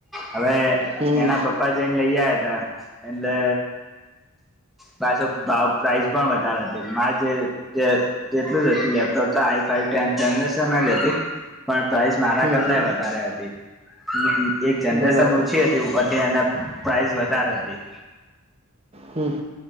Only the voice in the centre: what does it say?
હવે
એના પર પપ્પા જઇને લઈ આવ હતા એટલે પાછો ભાવ પ્રાઈઝ પણ વધારે હતી મા જે જેટલું જ હતું લેપટોપ તો આઈ ફાઈ ટેન જ હતી પણ પ્રાઈઝ મારા
કરતા
વધારે હતી એક જનરેશન
ઓછી હતી ઉપર કે અને પ્રાઈઝ વધારે હતી